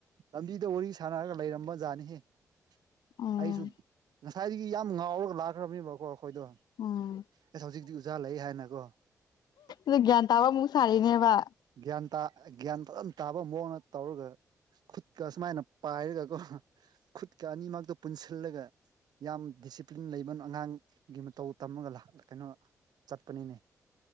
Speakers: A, on the right; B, on the left.
A: ꯂꯝꯕꯤꯗ ꯋꯥꯔꯤ ꯁꯥꯟꯅꯔꯒ ꯂꯩꯔꯝꯕ ꯖꯥꯠꯅꯤꯍꯦ ꯫
B: ꯎꯝ
A: ꯑꯩꯁꯨ ꯉꯁꯥꯏꯗꯒꯤ ꯌꯥꯝ ꯉꯥꯎꯔꯒ ꯂꯥꯛꯈ꯭ꯔꯕꯅꯦꯕꯀꯣ꯫ ꯈꯣꯏꯗꯣ
B: ꯎꯝ
A: ꯑꯁ ꯍꯧꯖꯤꯛꯗꯤ ꯎꯖꯥ ꯂꯩꯌꯦ ꯍꯥꯏꯅꯒꯣ ꯫
B: ꯗꯨ ꯒꯌ꯭ꯥꯟ ꯭ ꯇꯥꯕ ꯃꯨꯛ ꯁꯥꯔꯤꯅꯦꯕ꯫
A: ꯒ꯭ꯌꯥꯟ ꯇꯥ ꯒ꯭ꯌꯥꯟ ꯐꯖꯅ ꯇꯥꯕ ꯃꯑꯣꯡꯗ ꯇꯧꯔꯒ꯫ ꯈꯨꯠꯀ ꯁꯨꯃꯥꯏꯅ ꯄꯥꯏꯔꯒꯒꯣ ꯈꯨꯠꯀ ꯑꯅꯤꯃꯛꯇꯣ ꯄꯨꯟꯁꯤꯜꯂꯒ꯫ ꯌꯥꯝ ꯗꯤꯁꯤꯄ꯭ꯂꯤꯟ ꯂꯩꯕꯅ ꯑꯉꯥꯡꯒꯤ ꯃꯇꯧ ꯇꯝꯃꯒ ꯂꯥꯛ ꯑ ꯀꯩꯅꯣ ꯆꯠꯄꯅꯤꯅꯦ꯫